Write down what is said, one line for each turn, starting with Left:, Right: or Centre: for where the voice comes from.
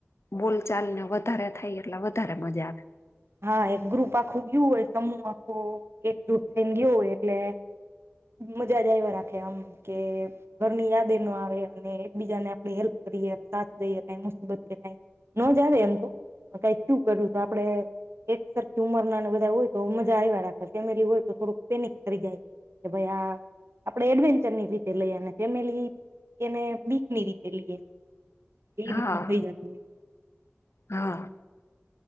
Left: બોલ ચાલને વધારે થાય એટલે વધારે મજા આવે.
Right: હા એક ગ્રુપ આખું ગયું હોય સમૂહ આખો એકજૂટ થઈને ગયો હોય એટલે મજા જ આયવા રાખે આમ કે ઘરની યાદ એ નો આવે. અને એકબીજાને આપણે હેલ્પ કરીએ સાથ દઈએ કાઈ મુસીબત કે કાઈ નો જ આવે એમ તો. પણ કાઈ થયું કર્યું તો આપણે એક સરખી ઉંમરના ને બધા હોય તો મજા આવ્યા રાખે. ફેમિલી હોય તો થોડુંક પેનિક કરી જાય. કે ભાઈ આ આપણેે એડવેન્ચરની રીતે લઈ એને ફેમિલી એને બીકની રીતે લઈએ એમ. ઈ
Left: હા
Right: રીતનું થઈ જાતું હોય.
Left: હા